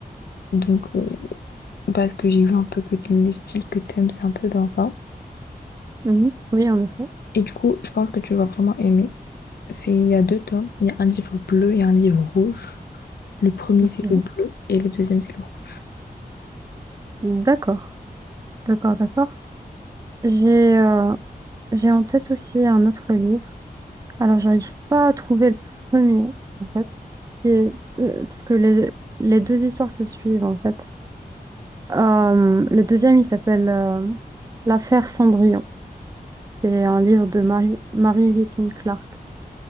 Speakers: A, on the left; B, on the right.
A: Donc euh, parce que j'ai vu un peu que le style que t'aimes c'est un peu dans ça.
B: Mhm. Oui, en effet.
A: Et du coup je pense que tu vas vraiment aimer. C'est il y a deux tomes, il y a un livre bleu et un livre rouge. Le premier,
B: Ok.
A: c'est le bleu et le deuxième, c'est le rouge.
B: D'accord, d'accord, d'accord. J'ai euh, j'ai en tête aussi un autre livre. Alors, j'arrive pas à trouver le premier, en fait, ce qui est- euh, parce que les, les deux histoires se suivent, en fait. Euh, le deuxième, il s'appelle euh, L'affaire Cendrillon. C'est un livre de Mary, Mary Higgin Clark.